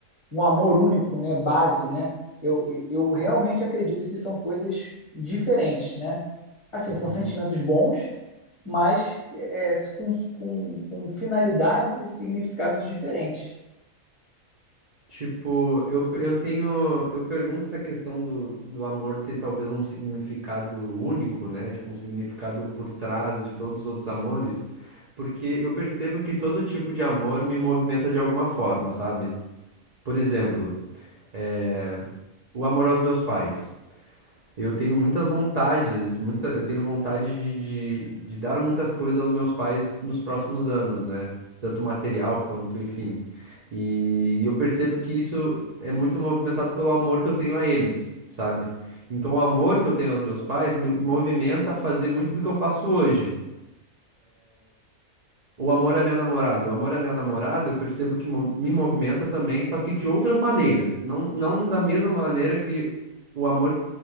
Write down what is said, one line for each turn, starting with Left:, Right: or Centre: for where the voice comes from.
Left: um amor único, né, base, né? Eu, eu, eu realmente acredito que são coisas diferentes, né? Assim,
Right: uhum.
Left: são sentimentos bons, mas é, é, com, com, com finalidades e significados diferentes.
Right: Tipo, eu, eu tenho. Eu pergunto essa questão do, do amor ter talvez um significado único, né? Tipo, um significado por trás de todos os outros amores, porque eu percebo que todo tipo de amor me movimenta de alguma forma, sabe? Por exemplo, é, o amor aos meus pais. Eu tenho muitas vontades, muita, eu tenho vontade de, de, de dar muitas coisas aos meus pais nos próximos anos, né? Tanto material quanto, enfim. E, e eu percebo que isso é muito movimentado pelo amor que eu tenho a eles, sabe? Então, o amor que eu tenho aos meus pais me movimenta a fazer muito do que eu faço hoje. O amor à minha namorada. O amor à minha namorada, eu percebo que mo- me movimenta também, só que de outras maneiras. Não, não da mesma maneira que o amor